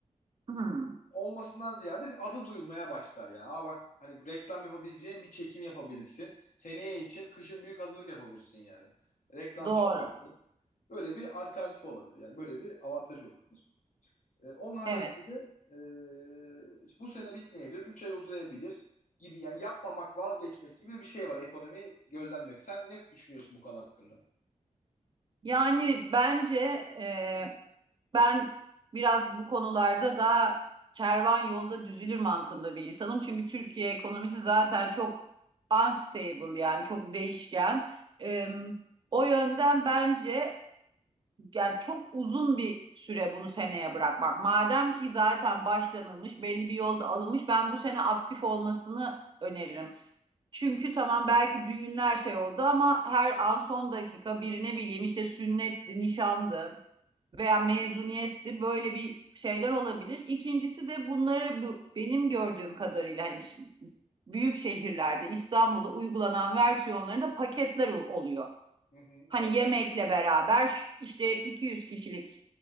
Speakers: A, on the right (about 40°); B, on the left (about 80°).
A: Hmm,
B: olmasından ziyade bir adı duyulmaya başlar yani. Aa bak hani reklam yapabileceğin bir çekim yapabilirsin. Seneye için kışın büyük hazırlık yapabilirsin yani. Reklam
A: doğru.
B: çıkarsın. Böyle bir alternatif olabilir. Yani böyle bir avantajı olabilir. Ee, onun haricinde
A: Evet.
B: de e, bu sene bitmeyebilir. üç ay uzayabilir gibi yani yapmamak, vazgeçmek gibi bir şey var ekonomi gözlenmek. Sen ne düşünüyorsun bu konu hakkında?
A: Yani bence e, Ben biraz bu konularda daha kervan yolda düzülür mantığında bir insanım. Çünkü Türkiye ekonomisi zaten çok unstable yani çok değişken. Ee, o yönden bence yani çok uzun bir süre bunu seneye bırakmak. Madem ki zaten başlanılmış, belli bir yolda alınmış, ben bu sene aktif olmasını öneririm. Çünkü tamam belki düğünler şey oldu ama her an son dakika birine bileyim işte sünnetti, nişandı veya mezuniyetli böyle bir şeyler olabilir. İkincisi de bunları bu- benim gördüğüm kadarıyla hani şi- büyük şehirlerde İstanbul'da uygulanan versiyonlarında paketler ol- oluyor.
B: Hı hı.
A: Hani yemekle beraber ş- işte 200 kişilik